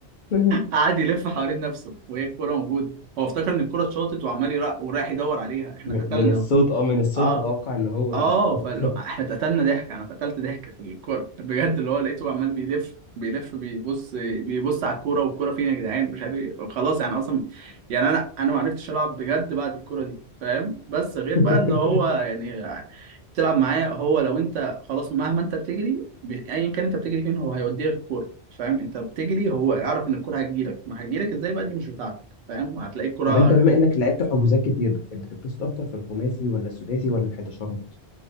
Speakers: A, on the left; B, on the right.
A: <laughs>
B: قعد يلف حوالين نفسه وهي الكوره موجوده هو افتكر ان الكوره اتشاطت وعمال يرا- ورايح يدور عليها احنا
A: م-
B: اتقتلنا
A: من الصوت اه من الصوت
B: اه
A: اتوقع ان هو
B: اه
A: شاطر
B: فاحنا اتقتلنا ضحك انا اتقتلت ضحك في الكوره بجد اللي هو لقيته عمال بيلف بيلف بيبص بيبص على الكوره والكوره فين يا جدعان مش عارف ايه خلاص يعني اصلا يعني انا انا ما عرفتش العب بجد بعد الكوره دي فاهم بس غير
A: <laughs>
B: بقى ان هو يعني تلعب معاه هو لو انت خلاص مهما انت بتجري ب- ايا كان انت بتجري فين هو هيوديك الكوره فاهم انت بتجري هو يعرف ان الكوره هتجيلك ما هتجيلك ازاي بقى دي مش بتاعتك فاهم هتلاقي الكوره
A: طب انت بما انك لعبت حجوزات كتير بتحب تتبسط اكتر في الخماسي ولا السداسي ولا الحداشرات